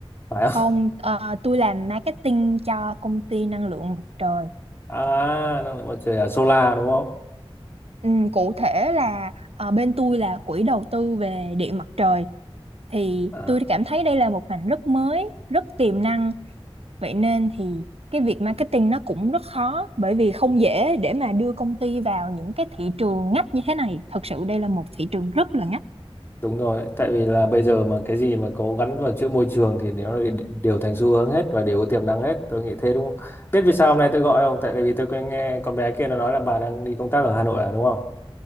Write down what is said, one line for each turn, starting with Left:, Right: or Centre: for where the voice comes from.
Left: Phải
Right: Không,
Left: không?
Right: ờ, tôi làm marketing cho công ty năng lượng mặt trời.
Left: À, năng lượng mặt trời à? Solar đúng không?
Right: Ừ, cụ thể là ờ, bên tôi là quỹ đầu tư về điện mặt trời. Thì
Left: À.
Right: tôi cảm thấy đây là một ngành rất mới, rất tiềm năng. Vậy nên thì cái việc marketing nó cũng rất khó bởi vì không dễ để mà đưa công ty vào những cái thị trường ngách như thế này. Thật sự đây là một thị trường rất là ngách.
Left: Đúng rồi, tại vì là bây giờ mà cái gì mà có gắn vào chữ môi trường thì nó lại đều thành xu hướng hết và đều có tiềm năng hết, tôi nghĩ thế đúng không? Biết vì sao hôm nay tôi gọi không? Tại vì tôi có nghe con bé kia nó nói là bà đang đi công tác ở Hà Nội à đúng không?